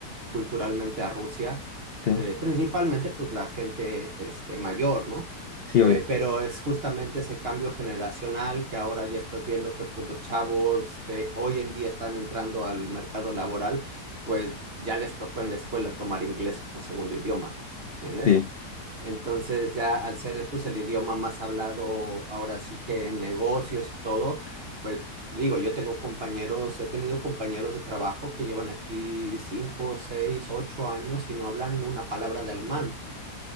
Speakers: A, on the right; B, on the left.
A: culturalmente a Rusia,
B: sí,
A: eh, principalmente pues la gente este, mayor, ¿no?
B: sí,
A: Eh,
B: obvio.
A: pero es justamente ese cambio generacional que ahora ya estás viendo que pues los chavos que hoy en día están entrando al mercado laboral, pues ya les tocó en la escuela tomar inglés como segundo idioma, ¿entiendes?
B: Sí,
A: Entonces ya al ser pues el idioma más hablado ahora sí que en negocios y todo, pues digo, yo tengo compañeros, he tenido compañeros de trabajo que llevan aquí cinco, seis, ocho años y no hablan una palabra de alemán